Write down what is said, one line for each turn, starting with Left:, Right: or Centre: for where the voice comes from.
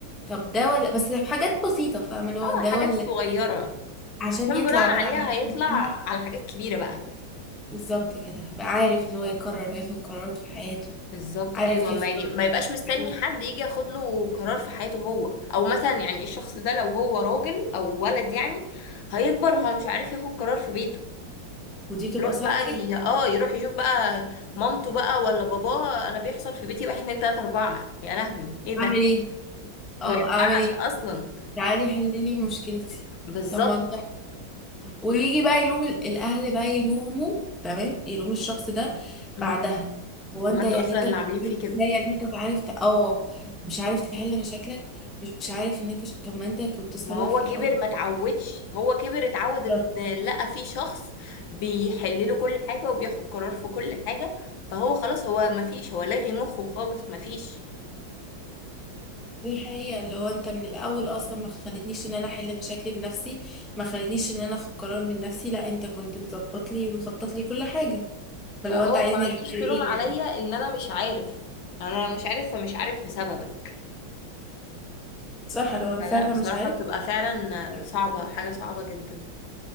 Centre: طب ده ولا بس في حاجات بسيطه فاهمه اللي هو
Left: اه
Centre: ده
Left: حاجات
Centre: ولا
Left: صغيره
Centre: عشان
Left: عشان
Centre: يطلع
Left: بناء
Centre: بقى
Left: عليها
Centre: عارف
Left: هيطلع
Centre: إن هو-
Left: على حاجات كبيره بقى
Centre: بالظبط كده يبقى عارف ان هو يقرر وياخد قرارات في حياته
Left: بالظبط
Centre: عارف
Left: ايوه
Centre: يختار
Left: ما, ي... ما يبقاش مستني
Centre: عارف
Left: حد يجي ياخد له قرار في حياته هو او مثلا يعني الشخص ده لو هو راجل او ولد يعني هيكبر هو مش عارف ياخد قرار في بيته
Centre: ودي بتبقى
Left: يروح
Centre: صعبه
Left: بقى
Centre: جدا
Left: ي... اه يروح يشوف بقى مامته بقى ولا باباه انا بيحصل في بيتي واحد اتنين تلاته اربعه يا لهوي ايه ده
Centre: اعمل ايه اه
Left: ما ينفعش
Centre: اعمل ايه
Left: اصلا
Centre: تعالي حللي مشكلتي
Left: بالظبط
Centre: طب ما انت ويجي بقى يلوم ال- الاهل بقى يلوموا تمام يلوم الشخص ده
Left: امم
Centre: بعدها هو
Left: طب
Centre: انت
Left: ما انتوا
Centre: يعني
Left: اصلا
Centre: انت
Left: اللي
Centre: بتقول
Left: عاملين فيه كده
Centre: ازاي يعني انت مش عارف ت- اه مش عارف تحل مشاكلك مش عارف ان انت ش- طب ما انت كنت السبب
Left: ما هو
Centre: في
Left: كبر
Centre: الاول
Left: ما اتعودش هو كبر اتعود ان
Centre: بالظبط.
Left: لقى في شخص بيحل له كل حاجة وبياخد قرار في كل حاجة فهو خلاص هو ما فيش هو لاغي مخه خالص ما فيش
Centre: دي حقيقة اللي هو انت من الاول اصلا ما خلتنيش ان انا احل مشاكلي بنفسي ما خلتنيش ان انا اخد قرار من نفسي لا انت كنت مظبط لي ومخطط لي كل حاجة فلو
Left: فهو
Centre: انت عايزني
Left: فما
Centre: احل
Left: تجيش
Centre: ايه
Left: تلوم عليا
Centre: يعني
Left: ان انا مش عارف انا لو مش عارف فمش عارف بسببك
Centre: صح لو انا
Left: فلا
Centre: فعلا
Left: بصراحة
Centre: مش
Left: بتبقى فعلا
Centre: عارف
Left: صعبة حاجة صعبة جدا